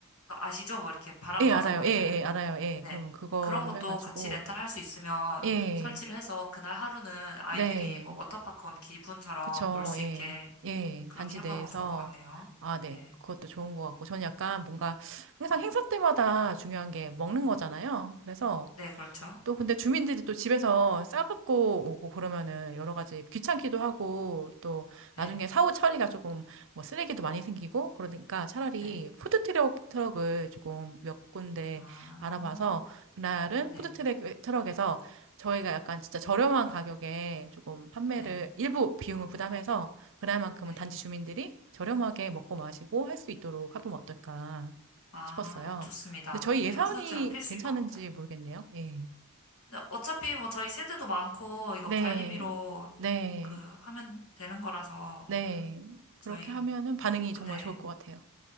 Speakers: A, on the left; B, on the right.
A: 거 아시죠? 뭐, 이렇게 바람
B: 예,
A: 넣어서
B: 알아요.
A: 만드는.
B: 예, 예, 알아요. 예.
A: 네.
B: 그러면 그거로
A: 그런 것도
B: 해가지고,
A: 같이 렌탈할 수 있으면
B: 예,
A: 설치를 해서 그날 하루는 아이들이
B: 네.
A: 뭐, 워터파크 온 기분처럼
B: 그쵸.
A: 놀 수
B: 예,
A: 있게
B: 예.
A: 그렇게
B: 단지
A: 해보는
B: 내에서,
A: 거 좋을 것 같네요.
B: 아, 네.
A: 네.
B: 그것도 좋은 것 같고, 저는 약간 뭔가 항상
A: 네.
B: 행사 때마다 중요한 게 먹는 거잖아요. 그래서,
A: 네, 그렇죠.
B: 또 근데 주민들이 또 집에서 싸갖고 오고 그러면은 여러 가지 귀찮기도 하고 또
A: 네.
B: 나중에 사후 처리가 조금 뭐 쓰레기도 많이 생기고 그러니까 차라리
A: 네.
B: 푸드트럭 트럭을 조금 몇 군데
A: 아,
B: 알아봐서 그날은
A: 네.
B: 푸드트럭 트럭에서 저희가 약간 진짜 저렴한 가격에 조금 판매를
A: 네.
B: 일부 비용을 부담해서 그날만큼은
A: 네.
B: 단지 주민들이 저렴하게 먹고 마시고 할 수 있도록 하면 어떨까
A: 아,
B: 싶었어요.
A: 좋습니다.
B: 근데 저희 예산이
A: 네, 푸드트럭 필수일
B: 괜찮은지
A: 것 같아요.
B: 모르겠네요. 예.
A: 네, 어차피 뭐 저희 세대도 많고, 이거
B: 네,
A: 관리비로
B: 네,
A: 그 하면 되는 거라서,
B: 네. 그렇게
A: 저희,
B: 하면은 반응이
A: 그
B: 정말
A: 네,
B: 좋을 것 같아요.